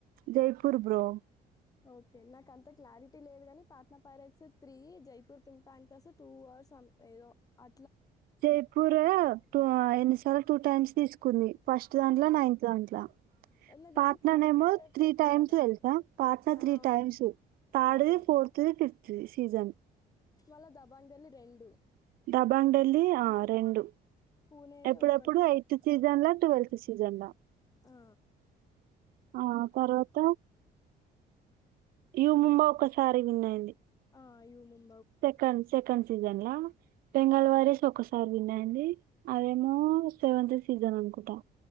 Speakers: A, on the right; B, on the left.
A: జైపూర్ బ్రో
B: ఓకే నాకు అంత క్లారిటీ లేదు గానీ Patna pirates three Jaipur pink Panthers two or సం ఎదో ఆ
A: జైపూర్ టు ఆ ఎన్ని సార్ల టూ టైమ్స్ తీసుకుంది ఫస్ట్ దాంట్ల
B: ఆ,
A: నాయింత్ దాంట్ల
B: నాకు తెలిసి
A: పాంట్ల
B: పాట్నా
A: నేమో
B: పైరేట్స్
A: త్రి
B: ఎక్కువ
A: టైమ్స్
B: కదా
A: తెల్సు పాత్ర
B: ఆ,
A: త్రీ టైమ్స్ థర్డ్
B: అదే
A: ది ఫోర్త్ ది ఫిఫ్త్ ది సీజస్
B: మల్ల దబాంగ్ దేల్లీ రెండు
A: దబాంగ్ డెల్లీ ఆ రెండూ
B: పూణేది
A: ఎప్పుడెప్పుడు
B: ఒక్కటో
A: ఎయిత్ సీజన్ ల టువేల్ సిజన్ల
B: ఆ,
A: ఆ తర్వాత యు ముంబ ఒక్కసారి విన్ అయింది
B: ఆ యూ ముం
A: సెకండ్ సెకండ్ సీజన్ ల బెంగాల్ వారియర్స్ ఒకసారి విన్ అయింది అదేమో సెవెంత్ సీజన్ అనుకుంటా